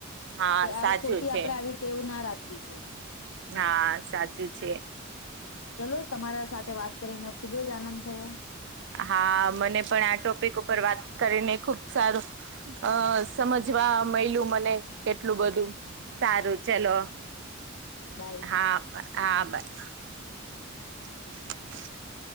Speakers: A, on the right (about 60°); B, on the left (about 80°).
A: હા
B: કે આ
A: સાચું
B: ખોટી
A: છે
B: આપણે આવી- ટેવ ના રાખવી જોઈએ.
A: ના, આ સાચું છે.
B: ચલો, તમારા સાથે વાત કરીને, ખુબ જ આનંદ થયો.
A: હા, મને પણ આ ટોપિક ઉપર વાત કરીને ખુબ સારું- અ સમજવા મળયલું મને, કેટલું બધું, સારું ચલો-
B: બાય
A: હા, હા બાઈ. <inaudible>